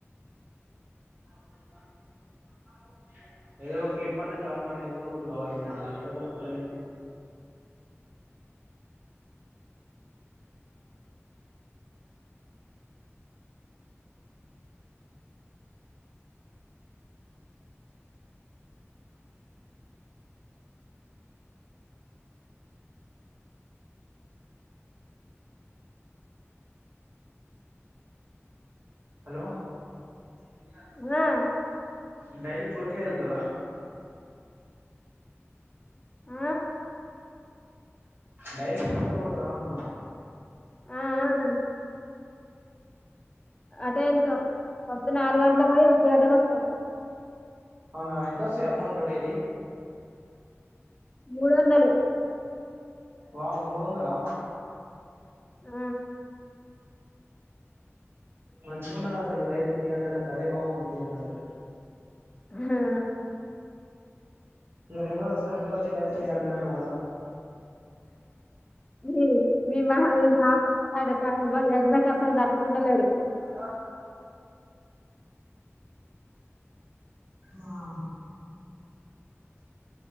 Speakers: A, on the right; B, on the left.
A: <inaudible> ఏదో ఒక క్లిప్ అన్న క్లాంపు అన్న ఏదోన్న ఒకటి కావాలే ఇప్పుడు యాడ దొరుకుతది ఆది <inaudible> హలో అయ్యా
B: ఆ
A: <inaudible> డైలీ కూలి కే వెళ్తుర్ర
B: ఆ
A: డైలీ కులికే పోతారు అంటున్నా
B: ఆ అవును అటే వెళ్తాం పొద్దునా ఆరు గంటలకి పోయి వంటి గంటకి వస్తాం
A: అవునా ఎంత వస్తది అమౌంట్ డైలీ
B: మూడు వందలు
A: వావ్ మూడు వందలా
B: ఆ
A: మంచికున్నది అసలు డైలీ త్రీ హండ్రెడ్ అంటే అదే బాగుంది దీనికంటే
B: హా
A: ఇయ నింగ్ వస్తాంగ్ వచ్చి డై త్రీ హండ్రెడ్ మ పోతా
B: మీ మీ మా మీ మామస్తాడు కా ఎందుక అసలు తట్టుకుంటలేడు
A: <inaudible> ఆ